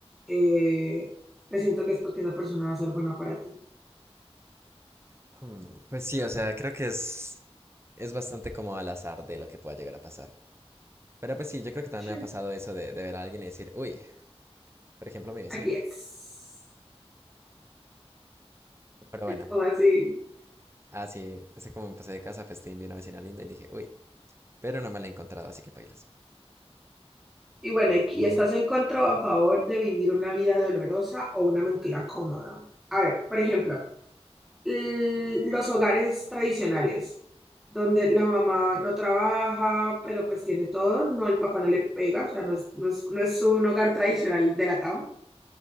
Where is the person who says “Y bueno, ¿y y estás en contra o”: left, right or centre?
Centre